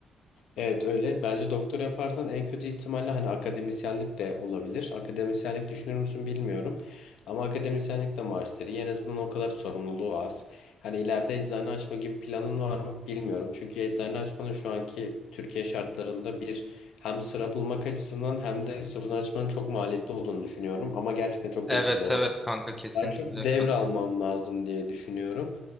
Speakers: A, on the left; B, in the centre.
A: Evet öyle. Bence doktor yaparsan en kötü ihtimalle hani akademisyenlik de olabilir. Akademisyenlik düşünür müsün bilmiyorum. Ama akademisyenlik de maaşları iyi. En azından o kadar sorumluluğu az. Hani ileride eczane açma gibi planın var mı bilmiyorum. Çünkü eczane açmanın şu anki Türkiye şartlarında bir hem sıra bulmak açısından hem de sıfırdan açmanın çok maliyetli olduğunu düşünüyorum. Ama gerçekten çok
B: Evet
A: getirileri
B: evet
A: var.
B: kanka kesinlikle
A: Daha çok devralman
B: katılıyorum.
A: lazım diye düşünüyorum.